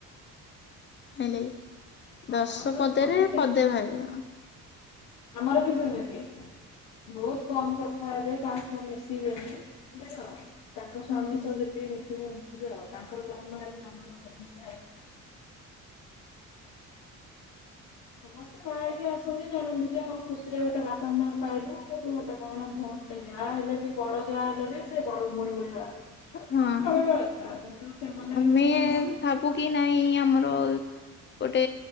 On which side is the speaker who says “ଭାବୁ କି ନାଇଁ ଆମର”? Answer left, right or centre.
Left